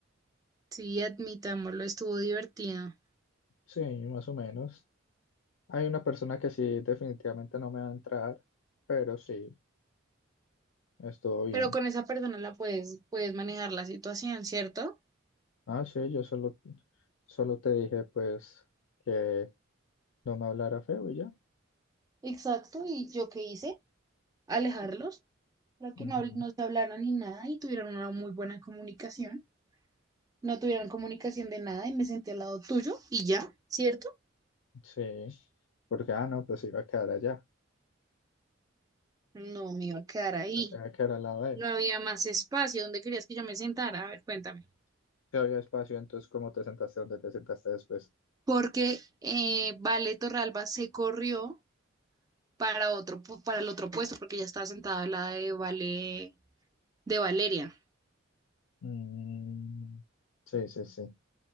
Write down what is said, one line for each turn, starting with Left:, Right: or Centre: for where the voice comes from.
Right: Sí, admitámoslo, estuvo divertido.
Left: Sí, más o menos. Hay una persona que sí, definitivamente no me va a entrar, pero sí, estuvo bien.
Right: Pero con esa persona la puedes, puedes manejar la situación, ¿cierto?
Left: Ah, sí, yo solo, solo te dije, pues, que no me hablara feo y ya.
Right: Exacto, ¿y yo qué hice? Alejarlos Para que
Left: Ujú.
Right: no, habl- no se hablaran ni nada y tuvieran una muy buena comunicación. No tuvieran comunicación de nada y me senté al lado tuyo y ya, ¿cierto?
Left: Sí, porque, ah, no, pues iba a quedar allá.
Right: No me iba a quedar ahí.
Left: Pues iba a quedar al lado de
Right: No
Left: él.
Right: había más espacio. ¿Dónde querías que yo me sentara? A ver, cuéntame.
Left: Si había espacio, entonces, ¿cómo te sentaste? ¿Dónde te sentaste después?
Right: Porque eh, Vale Torralba se corrió para otro, pu- para el otro puesto, porque ya estaba sentada al lado de Vale, de Valeria.
Left: Mm, sí, sí, sí.